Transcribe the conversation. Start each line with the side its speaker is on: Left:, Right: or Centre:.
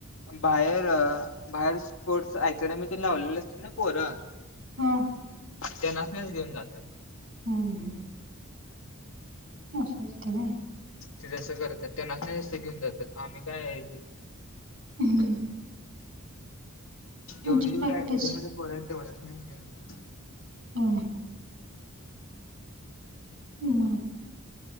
Left: बाहेर, बाहेर स्पोर्ट्स अकॅडमीत लावलेले असत ना पोरं
Right: हा
Left: त्यानास्नी घेऊन जातात.
Right: हम्म हम्म असं असतं व्हय.
Left: ते जसं करतात त्यांना काय जसं घेऊन जातात आम्ही काय आहे,
Right: हम्म त्यांची
Left: जेवढी जेवढी
Right: प्रॅक्टिस
Left: अकॅडमी मधले पोरं हे तेवढ्या घेऊन जातात.
Right: होय काय. हम्म हम्म